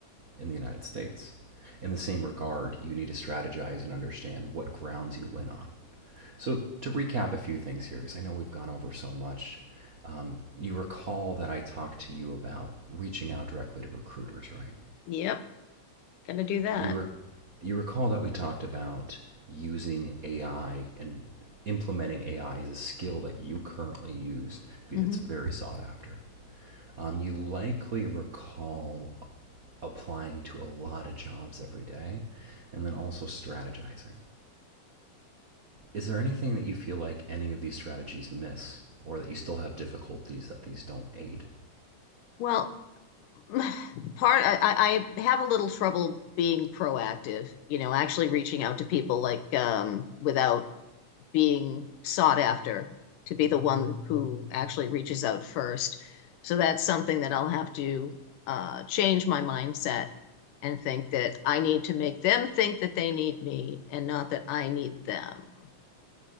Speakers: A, on the right; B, on the left.
A: in the United States. In the same regard, you need to strategize and understand what grounds you win on. So, to recap a few things here, because I know we've gone over so much, um, you recall that I talked to you about reaching out directly to recruiters, right?
B: Yep, gonna do that.
A: You, re- you recall that we talked about using AI and implementing AI as a skill that you currently use because
B: Mm-hmm.
A: it's very sought after. Um, you likely recall applying to a lot of jobs every day and then also strategizing. Is there anything that you feel like any of these strategies miss, or that you still have difficulties that these don't aid?
B: Well, <sighs> part I, I have a little trouble being proactive, you know, actually reaching out to people like um, without being sought after to be the one who actually reaches out first. So that's something that I'll have to uh, change my mindset and think that I need to make them think that they need me and not that I need them.